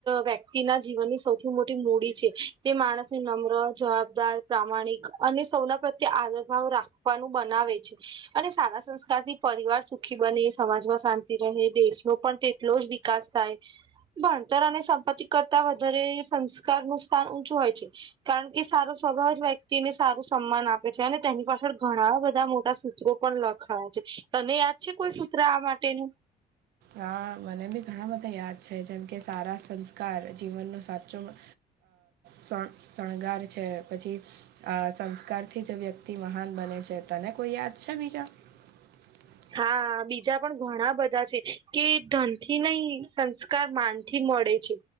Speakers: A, on the right; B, on the right.
A: વ્યક્તિના જીવનની સૌથી મોટી મૂડી છે તે માણસને નમ્ર જવાબદાર પ્રામાણિક અને સૌના પ્રત્યે આદર ભાવ રાખવાનું બનાવે છે અને સારા સંસ્કાર થી પરિવાર સુખી બને સમાજમાં શાંતિ રહે દેશ નો પણ તે એટલો જ વિકાસ થાય ભણતર અને સંપત્તિ કરતા વધારે સંસ્કાર નું સ્થાન ઊંચું હોય છે કારણ કે સારો સ્વભાવ જ વ્યક્તિને સારું સન્માન આપે છે અને તેની પાછળ ઘણા બધા મોટા સૂ પણ લખાયા છે તને યાદ છે કોઈ સૂત્ર આ માટેનું
B: હા મને બી ઘણા બધા યાદ છે જેમ કે સારા સંસ્કાર જીવનનો સાચો અ શ કાકશણગાર છે પછી સંસ્કારથી જ વ્યક્તિ મહાન બને છે તને કોઈ યાદ છે બીજા <inaudible>
A: હા બીજા પણ ઘણા બધા છે કે ધનથી નહી સંસ્કાર માન થી મળે છે